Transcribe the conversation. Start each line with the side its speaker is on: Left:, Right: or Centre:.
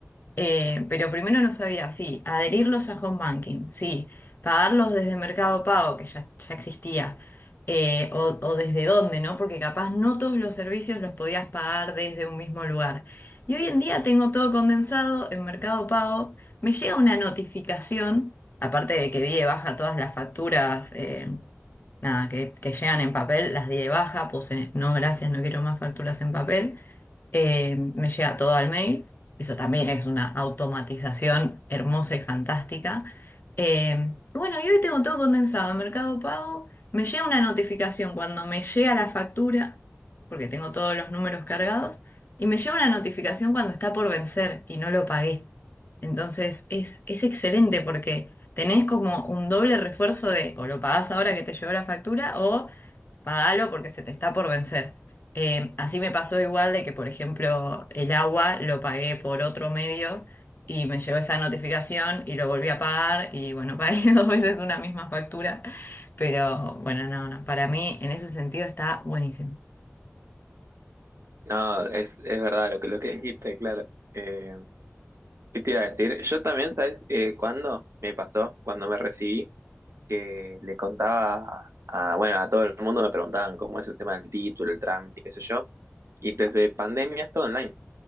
Left: Eh, pero primero no sabía, sí, adherirlos a home banking, sí, pagarlos desde Mercado Pago, que ya, ya existía, eh, o, o desde dónde, ¿no? Porque capaz no todos los servicios los podías pagar desde un mismo lugar. Y hoy en día tengo todo condensado en Mercado Pago, me llega una notificación, aparte de que di de baja todas las facturas, eh, nada, que, que llegan en papel, las di de baja, puse no gracias, no quiero más facturas en papel, eh, me llega todo al mail, eso también es una automatización hermosa y fantástica. Eh, bueno, y hoy tengo todo condensado en Mercado Pago, me llega una notificación cuando me llega la factura, porque tengo todos los números cargados, y me llega una notificación cuando está por vencer y no lo pagué. Entonces es, es excelente porque tenés como un doble refuerzo de o lo pagás ahora que te llegó la factura o pagalo porque se te está por vencer. Eh, así me pasó igual de que, por ejemplo, el agua lo pagué por otro medio y me llegó esa notificación y lo volví a pagar y bueno, <laughs> pagué dos veces una misma factura. Pero bueno, no, no, para mí en ese sentido está buenísimo.
Right: No, es, es verdad lo que, lo que dijiste, claro. Eh, ¿qué te iba a decir? Yo también, ¿sabes? Eh, ¿cuándo me pasó? Cuando me recibí, que le contaba a, bueno, a todo el mundo me preguntaban cómo es el tema del título, el trámite, qué sé yo. Y desde pandemia es todo online.